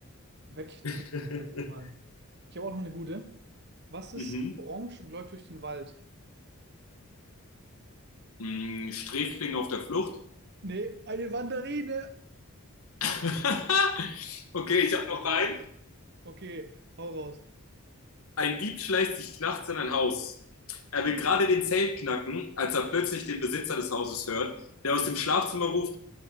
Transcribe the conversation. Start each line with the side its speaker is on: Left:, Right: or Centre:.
Right: wegtrinken,
Left: <laughs>
Right: sage ich mal. Ich habe auch noch eine gute. Was ist
Left: Mhm.
Right: orange und läuft durch den Wald?
Left: Hm, Sträfling auf der Flucht.
Right: Nee, eine Mandarine.
Left: <laughs> okay, ich hab noch einen.
Right: Okay, hau raus.
Left: Ein Dieb schleicht sich nachts in ein Haus. Er will gerade den Zelt knacken, als er plötzlich den Besitzer des Hauses hört, der aus dem Schlafzimmer ruft.